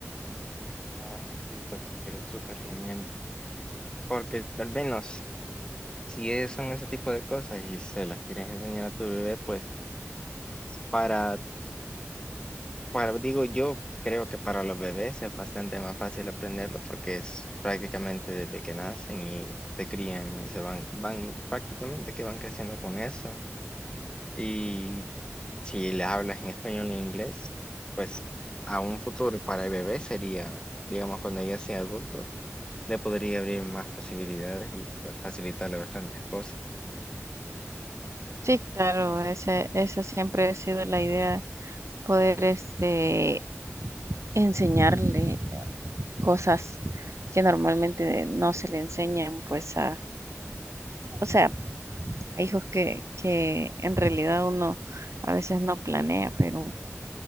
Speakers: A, on the left (about 20°); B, on the right (about 70°).
A: Ah, sí, está súper súper genial. Porque al menos si es- son ese tipo de cosas y se las quieres enseñar a tu bebé, pues para Bueno, digo yo, creo que para los bebés es bastante más fácil aprenderlo porque es prácticamente desde que nacen y se crían y se van, van prácticamente que van creciendo con eso. Y si le hablas en español e inglés, pues a un futuro para el bebé sería, digamos, cuando ella sea adulto, le podría abrir más posibilidades y pues, facilitarle bastantes cosas.
B: Sí, claro, ese- esa siempre ha sido la idea, poder este, enseñarle cosas que normalmente no se le enseñan, pues a, o sea, a hijos que, que en realidad uno a veces no planea, pero